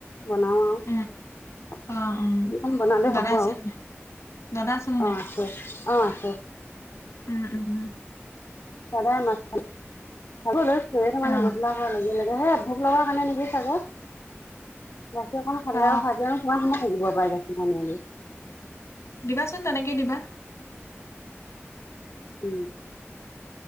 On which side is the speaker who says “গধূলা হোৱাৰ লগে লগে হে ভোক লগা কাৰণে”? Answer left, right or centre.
Left